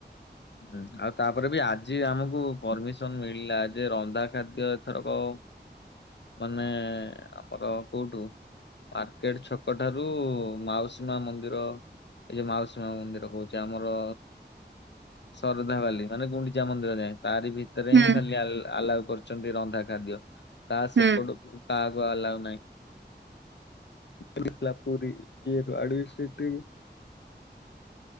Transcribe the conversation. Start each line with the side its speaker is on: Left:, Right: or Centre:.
Left: ହୁଁ ଆଉ ତାପରେ ବି ଆଜି ଆମକୁ ପରମିସନ ମିଳିଲା ଯେ ରନ୍ଧା ଖାଦ୍ୟ ଏଥରକ
Right: <inaudible>
Left: ମାନେ ଆମର କୋଉଠୁ ମାର୍କେଟ ଛକ ଠାରୁ ମାଉସୀ ମା ମନ୍ଦିର ଏଇ ଯେଉ ମାଉସୀ ମା ମନ୍ଦିର କହୁଛି ଆମର ଶରଧା ବାଲି ମାନେ ଗୁଣ୍ଡିଚା ମନ୍ଦିର ଯାଏ ତାରି ଭିତରେ
Right: ହୁଁ
Left: ହିଁ ଖାଲି ଆଲାଉ କରୁ ଚନ୍ତି ରନ୍ଧାଖାଦ୍ୟ ତା
Right: ହୁଁ।
Left: ସେପଟକୁ କାହାକୁ ଆଲାଓ ନାହିଁ। କାଲି ଥିଲା ପୁରୀ ଇଏରୁ <unintelligible>